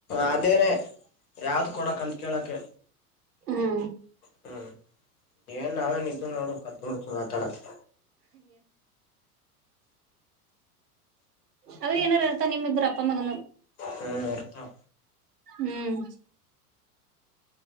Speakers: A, on the left (about 70°); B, on the right (about 80°).
A: ಅದೇನೆೇ ಯಾವ್ದ ಕೊಡಕ್ ಅಂತ ಕೇಳಕ್ಕೆ
B: ಹ್ಮ
A: ಹ್ಮ್ ಏನ್ ನಾವೇನಿದ್ದು ನೋಡು ಕದ್ದ ಮುಚ್ಚಿ ಮಾತಾಡಕ್ಕೆ
B: ಅವ್ರ ಏನಾರು ಇರ್ತ ನಿಮ್ಮ ಇಬ್ರು ಅಪ್ಪ ಮಗನು
A: ಹ್ಮ್ ಇರ್ತವ
B: ಹ್ಮ್